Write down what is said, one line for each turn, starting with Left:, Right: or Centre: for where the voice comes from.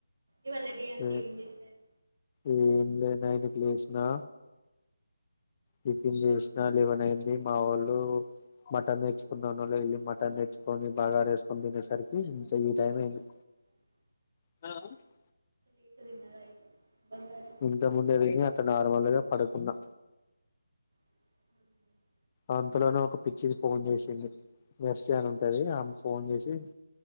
Right: ఇవాళ డే అంతా
Left: ఏ
Right: ఏం చేశారు
Left: ఏం లేదు ఐదుకు లేషినా టిఫిన్ చేసినా లెవెన్ అయ్యింది మా వోళ్ళు మటన్ తెచ్చుకుందానని వెళ్ళి మటన్ తెచ్చుకొని బాగారేసుకొని తినేసరికి ఇంత ఈ టైం అయ్యింది
Right: <inaudible>
Left: <unintelligible>
Right: కేకు తిన్నారు అయితే <inaudible>
Left: ఇంతకు ముందే విని అట్లా నార్మల్ గా పడుకున్నా
Right: <inaudible>
Left: ఆంతలోనే ఒక పిచ్చిది ఫోన్ చేషింది మెర్సి ఆని ఉంటది ఆమె ఫోన్ జేషి